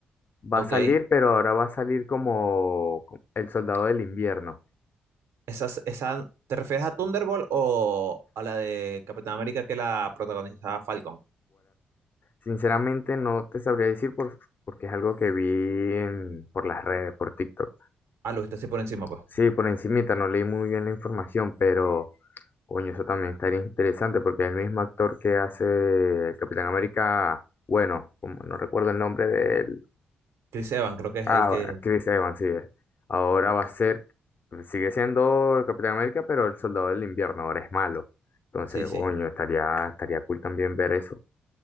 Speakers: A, on the left; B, on the right.
A: Va
B: Ok.
A: a salir, pero ahora va a salir como como El Soldado del Invierno.
B: Esas, esa, ¿te refieres a Thunderbolt o a la de Capitán América que la protagoniza Falcon?
A: Sinceramente no te sabría decir por, porque es algo que vi en, por las redes, por TikTok.
B: Ah, lo viste así por encima, pues.
A: Sí, por encimita, no leí muy bien la información, pero coño, eso también estaría interesante porque el mismo actor que hace el Capitán América, bueno, como no recuerdo el nombre de él,
B: Chris Evans creo que es
A: ah,
B: el que...
A: Chris Evans, sí, es. ahora va a ser, sigue siendo el Capitán América, pero el Soldado del Invierno ahora es malo. Entonces,
B: Sí, sí.
A: coño, estaría, estaría cool también ver eso.